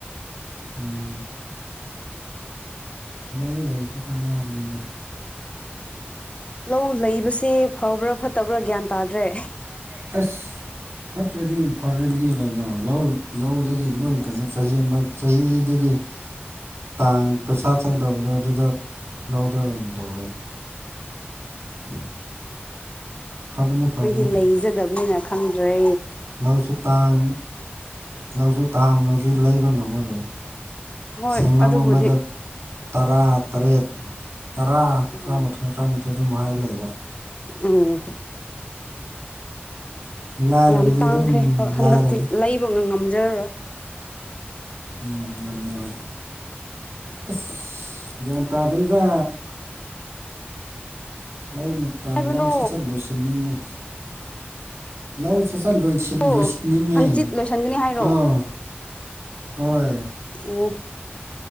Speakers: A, on the right (about 85°); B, on the left (about 30°).
A: ꯎꯝ ꯂꯧ ꯂꯩꯔꯁꯨ ꯀꯥꯟꯕꯅꯤꯗ
B: ꯂꯧ ꯂꯩꯕꯁꯦ ꯐꯕ꯭ꯔꯥ ꯐꯠꯇꯕ꯭ꯔꯥ ꯒ꯭ꯌꯥꯟ ꯇꯥꯗ꯭ꯔꯦ
A: ꯑꯁ ꯐꯠꯇ꯭ꯔꯗꯤ ꯐꯔꯗꯤ ꯀꯩꯅꯣ ꯂꯧ ꯂꯧꯗꯒꯤ ꯂꯣꯏ ꯀꯩꯅꯣ ꯆꯍꯤ ꯑꯃ ꯆꯍꯤꯗꯒꯤ ꯇꯥꯡ ꯄꯩꯁꯥ ꯆꯠꯀꯗꯧꯕꯗꯣ ꯑꯗꯨꯗ ꯂꯧꯗ ꯑꯣꯏꯅ ꯇꯧꯔꯦ <unintelligible> ꯐꯕꯅꯦ
B: ꯑꯩꯈꯣꯏꯗꯤ
A: ꯐꯕꯅꯦ
B: ꯂꯩꯖꯗꯕꯅꯤꯅ ꯈꯪꯗ꯭ꯔꯦ
A: ꯂꯧꯁꯨ ꯇꯥꯡ ꯂꯧꯁꯨ ꯇꯥꯡꯕ ꯍꯧꯖꯤꯛ ꯂꯩꯕ ꯉꯝꯃꯔꯣꯏ
B: ꯍꯣꯏ
A: ꯁꯪꯉꯝ
B: ꯑꯗꯨꯕꯨꯗꯤ
A: ꯑꯃꯗ ꯇꯔꯥ ꯇꯔꯦꯠ ꯇꯔꯥ
B: ꯎꯝ
A: ꯇꯔꯥꯃꯥꯊꯣꯏ ꯇꯔꯥꯅꯤꯊꯣꯏ ꯑꯗꯨꯝ ꯍꯥꯏꯔ ꯂꯩꯔ‌ꯦ
B: ꯎꯝ
A: ꯂꯥꯏꯔꯕꯗꯤ
B: ꯌꯥꯝ ꯇꯥꯡꯈ꯭ꯔꯦ
A: ꯑꯗꯨꯝ
B: ꯍꯟꯗꯛꯇꯤ
A: ꯂꯥꯏꯔꯅꯤ
B: ꯂꯩꯕ ꯉꯝꯖꯔꯔꯣꯏ
A: ꯎꯝ ꯉꯝꯃꯔꫭꯏ ꯑꯁ ꯒ꯭ꯌꯥꯟ ꯇꯥꯗꯔ‌ꯦꯗ ꯂꯧ ꯃꯇꯥꯡ
B: ꯍꯥꯏꯕꯅꯣ
A: ꯂꯧ ꯁꯠꯆꯠ ꯂꯣꯏꯁꯤꯟꯅꯤꯡꯉꯤ ꯂꯧ ꯁꯠꯆꯠ ꯂꯣꯏꯁꯤ
B: ꯑꯣ
A: ꯂꯣꯏꯁꯤꯟꯅꯤꯡꯉꯦ
B: ꯍꯪꯆꯤꯠ ꯂꯣꯏꯁꯤꯟꯒꯅꯤ ꯍꯥꯏꯔꯣ
A: ꯑꫭ ꯍꯣꯏ
B: ꯑꯣ